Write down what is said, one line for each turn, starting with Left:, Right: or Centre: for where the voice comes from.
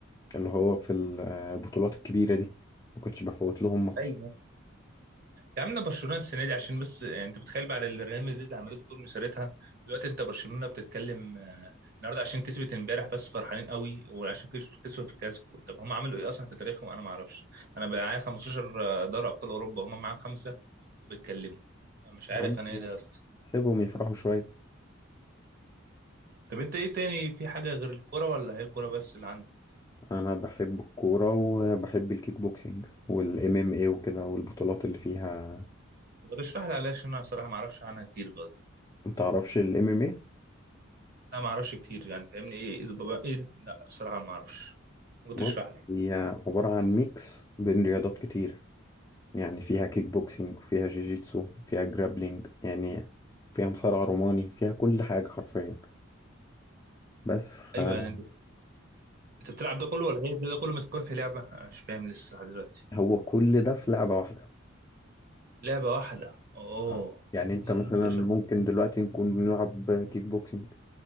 Left: اللي هو في البطولات الكبيرة دي ما كنتش بفوت لهم ماتش
Right: ايوه يا عم ده برشلونه السنه دي عشان بس يعني انت بتخيل بقى على اللي ريال مدريد عملته طول مسيرتها دلوقتي انت برشلونه بتتكلم آه، النهارده عشان كسبت امبارح بس فرحانين قوي وعشان كسب- كسبوا في الكلاسيكو طب هم عملوا ايه اصلا في تاريخهم انا ما اعرفش انا بقى معايا 15 دوري ابطال اوروبا هم معاهم خمسه وبيتكلموا أنا مش عارف
Left: يا عم
Right: انا ايه ده يا اسطى
Left: سيبهم يفرحوا شوية
Right: طب انت ايه تاني في حاجه غير الكوره ولا هي الكوره بس اللي عندك
Left: انا بحب الكوره وبحب الكيك بوكسينج والام ام اي وكده والبطولات اللي فيها
Right: ما تشرح لي علاش انا صراحه ما اعرفش عنها كتير برضه
Left: ما تعرفش الام ام اي
Right: انا ما اعرفش كتير يعني فاهمني ايه ايه بابا ايه لا الصراحه ما اعرفش ممكن
Left: بص
Right: تشرح لي
Left: هي عباره عن ميكس بين رياضات كتير يعني فيها كيك بوكسينج وفيها جيجيتسو فيها جرابلينج يعني فيها مصارع روماني فيها كل حاجه حرفيا بس فهي
Right: ايوه يعني انت انت بتلعب ده كله ولا ايه ده ده كله متكون في لعبه انا مش فاهم لسه لحد دلوقتي
Left: هو كل ده في لعبه واحده
Right: لعبه واحده اوه
Left: آه. يعني انت
Right: لا
Left: مثلا
Right: انت شو...
Left: ممكن دلوقتي نكون بنلعب كيك بوكسينج